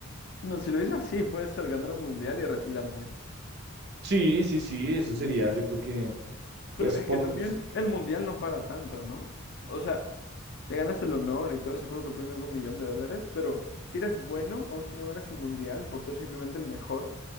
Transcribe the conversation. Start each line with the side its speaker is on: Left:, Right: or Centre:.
Left: No, si lo hice así, puede ser ganar un mundial y retirarme.
Right: Sí, sí, sí, eso sería, yo creo que,
Left: Pero
Right: pues
Left: es
Right: por
Left: que también
Right: lo menos,
Left: el mundial no paga tanto, ¿no? O sea, Te ganas el honor y todo eso, creo que el premio es de un millón de dólares, pero si eres bueno, aun si no ganas el mundial por ser simplemente el mejor,